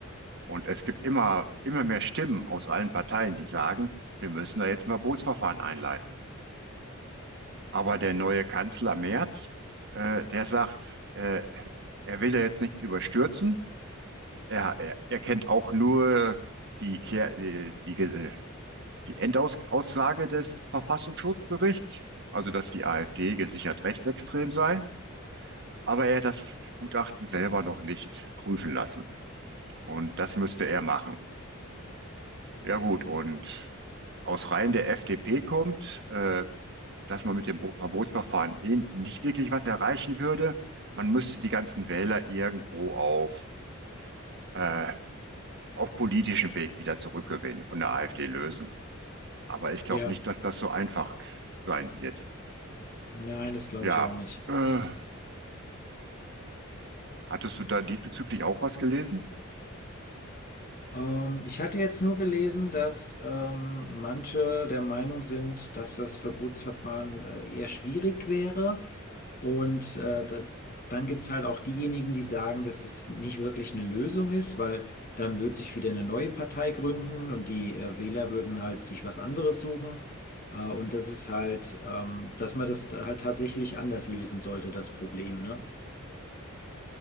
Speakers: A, on the right; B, on the left.
A: Und es gibt immer, immer mehr Stimmen aus allen Parteien, die sagen, wir müssen da jetzt ein Verbotsverfahren einleiten. Aber der neue Kanzler Merz, äh, der sagt, äh, er will da jetzt nicht überstürzen. er, er, er kennt auch nur die, Kehr, die, die, Ge- äh, die Endaussage des Verfassungsschutzberichts, also dass die AfD gesichert rechtsextrem sei. Aber er hat das Gutachten selber noch nicht prüfen lassen. Und das müsste er machen. Ja gut, und aus Reihen der FDP kommt, äh, dass man mit dem Bo- Verbotsverfahren eh nicht wirklich was erreichen würde. Man müsste die ganzen Wähler irgendwo auf, äh, auf politischem Weg wieder zurückgewinnen, von der AfD lösen. Aber ich glaube
B: Ja,
A: nicht, dass das so einfach sein wird.
B: nein, das glaube
A: Ja,
B: ich auch nicht.
A: äh, hattest du da diesbezüglich auch was gelesen?
B: Ähm, ich hatte jetzt nur gelesen, dass ähm, manche der Meinung sind, dass das Verbotsverfahren äh, eher schwierig wäre. Und äh, das, dann gibt es halt auch diejenigen, die sagen, dass es nicht wirklich eine Lösung ist, weil dann wird sich wieder eine neue Partei gründen und die äh, Wähler würden halt sich was anderes suchen. Äh, und das ist halt, ähm, dass man das halt tatsächlich anders lösen sollte, das Problem, ne?